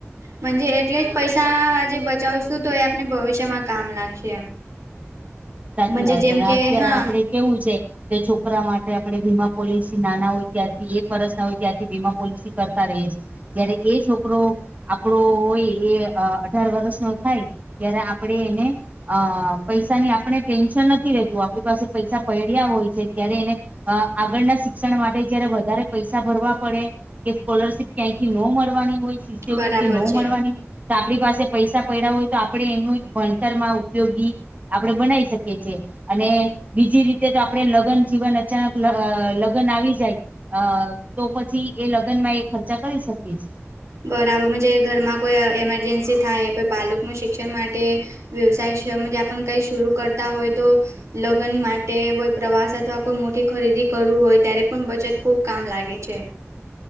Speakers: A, on the right; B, on the right.
A: મુજે એટલે જ પૈસાઆ આજે બચાવશું તો એ આપને ભવિષ્યમાં કામ લાગશે.
B: સાચી
A: મજે
B: વાત
A: જેમ
B: છે અને
A: કે
B: અત્યારે
A: હા
B: આપડે... કેવું છે કે છોકરા માટે આપણે વીમા પોલિસી નાના હોય ત્યારથી એક કે... એક વર્ષના હોય ત્યારથી વીમા પોલિસી કરતા રહી છે જ્યારે એ છોક... <unintelligible> આપડો હોય એ અ અઢાર વર્ષ નો થાય... ત્યારે આપણેે એને અ પૈસાની આપણે... ટેન્શન નથી રહેેતું આપણી પાસે પૈસા પડ્યા હોય છે ત્યારે એને... અ આગળના શિક્ષણ માટે જયારે વધારે પૈસા ભરવા પડે.. કે સ્કોલરશીપ ક્યાંય થી ન મળવાની હોય શિષ્યવૃતિથી
A: બરાબર
B: ન
A: છે.
B: મળવાની હોય..... તો આપણી પાસે પૈસા પડ્યા હોય તો આપણે એનું ભણતર માં ઉપયોગી આપણે બનાવી શકીએ... કેજે અને બીજી રીતે તો આપણે લગ્ન જીવન અચાનક લગન આવી જાય... અ તો પછી એ લગ્ન માં એ ખર્ચા કરી શકીએ છીએ.
A: બરાબર જે ઘરમાં કોઈ એમરજન્સી થાય પર બાળક નુ શિક્ષણ માટે વ્યવસાય છે મંજે આપન કઈ શરુ કરતા હોય તો લગન માટે વય પ્રવાસ અથવા કોઈ મોટી ખરીદી કરવું હોય ત્યારે પણ બચત ખુબ કામ લાગે છે.